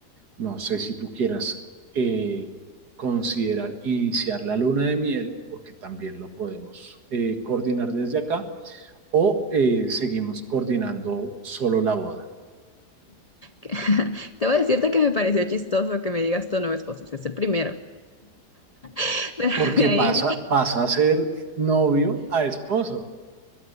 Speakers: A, on the right; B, on the left.
A: no sé si tú quieras eh, considerar iniciar la luna de miel, porque también lo podemos eh, coordinar desde acá, o eh, seguimos coordinando solo la boda.
B: <laughs> Te voy a decirte que me pareció chistoso que me digas tu nuevo esposo, si es el primero. <laughs> Pero
A: Porque
B: de ahí,
A: pasa, pasa a ser novio a esposo.